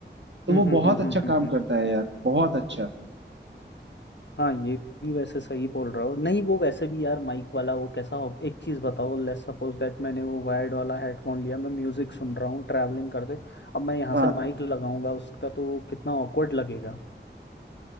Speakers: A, on the right; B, on the left.
A: तो
B: हम्म
A: वो
B: हम्म
A: बहुत
B: हम्म
A: अच्छा
B: हम्म
A: काम
B: हम्म हम्म।
A: करता है यार बहुत अच्छा
B: हाँ ये भी वैसे सही बोल रहा हो नहीं वो वैसे भी यार माइक वाला वो कैसा हो एक चीज़ बताओ लेट्स सपोज दैट मैंने वो वायर्ड वाला हेडफोन लिया मैं म्यूजिक सुन रहा हूँ ट्रैवलिंग करते अब मैं यहाँ
A: हाँ
B: से माइक लगाऊंगा उसका तो कितना ऑकवर्ड लगेगा